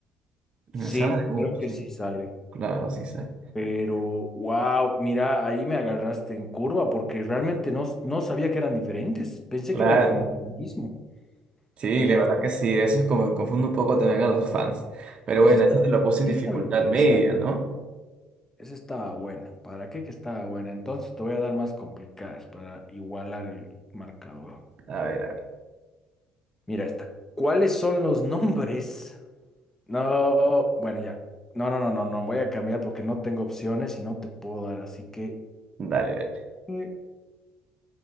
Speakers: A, on the right; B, on the left.
A: En
B: Sí,
A: la saga de Buu,
B: creo que
A: sí.
B: sí sale.
A: Claro, sí sale.
B: Pero, wow, mira, ahí me agarraste en curva porque realmente no, no sabía que eran diferentes. Pensé
A: Claro.
B: que eran como lo mismo,
A: Sí,
B: pero
A: la verdad que sí, eso es como que confunde un poco también a los fans. Pero
B: eso
A: bueno,
B: estaba,
A: eso te lo puse en
B: eso
A: dificultad
B: estaba interesante.
A: media, ¿no?
B: Esa estaba buena. ¿Para qué que estaba buena? Entonces te voy a dar más complicadas para igualar el marcador.
A: A ver, a ver,
B: Mira esta. ¿Cuáles son los nombres? No, bueno, ya. No, no, no, no, no. Voy a cambiar porque no tengo opciones y no te puedo dar. Así que,
A: dale, dale.
B: eh,